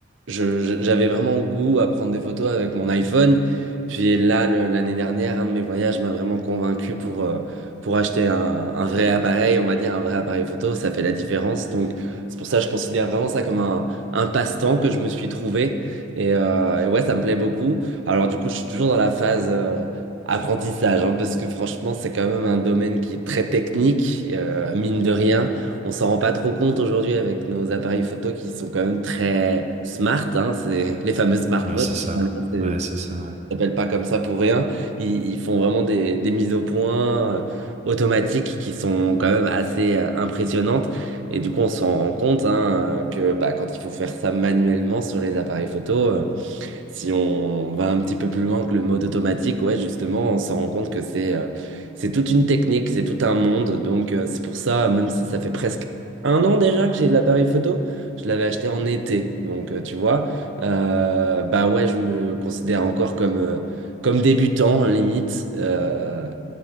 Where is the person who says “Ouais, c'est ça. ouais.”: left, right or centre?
Right